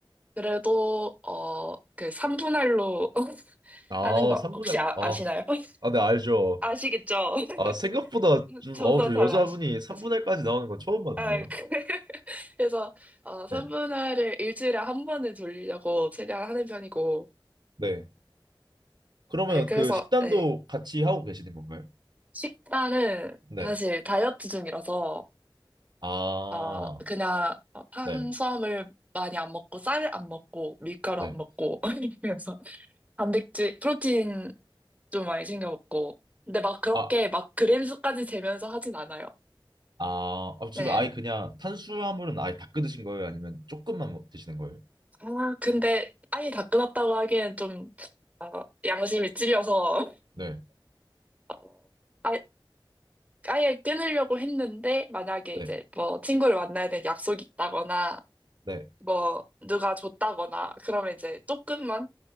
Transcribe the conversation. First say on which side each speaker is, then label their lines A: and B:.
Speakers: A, on the right; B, on the right.
A: 그래도, 어, 그 3분할로 <laughs>
B: 아,
A: 하는 거
B: 3분할,
A: 혹시 아,
B: 아,
A: 아시나요? <laughs>
B: 아, 네, 알죠.
A: 아시겠죠? <laughs>
B: 아, 생각보다 좀,
A: 저보다
B: 어, 저
A: 잘
B: 여자분이
A: 아시,
B: 3분할까지
A: 아시,
B: 나오는 건 처음 봤는데요.
A: 아, 그- <laughs> 그래서 어, 3분할을
B: 네.
A: 일주일에 한 번은 돌리려고 최대한 하는 편이고,
B: 네. 그러면
A: 네, 그래서
B: 그 식단도
A: 네,
B: 같이 하고 계시는 건가요?
A: 식단은
B: 네.
A: 사실 다이어트 중이라서
B: 아,
A: 어, 그냥 어, 탄수화물
B: 네.
A: 많이 안 먹고 쌀 안 먹고 밀가루
B: 네.
A: 안 먹고 <laughs> 그래서 단백질, 프로틴 좀 많이 챙겨 먹고, 근데 막 그렇게
B: 아,
A: 막 그램 수까지 재면서 하진 않아요.
B: 아, 아, 지금
A: 네.
B: 아예 그냥 탄수화물은 아예 다 끊으신 거예요? 아니면 조금만 먹- 드시는 거예요?
A: 아, 근데 아예 다 끊었다고 하기엔 좀 어, 양심이 찔려서
B: 네.
A: 어, 아, 아예 끊으려고 했는데 만약에
B: 네.
A: 이제 뭐 친구를 만나야 될 약속이 있다거나
B: 네.
A: 뭐 누가 줬다거나 그러면 이제 조금만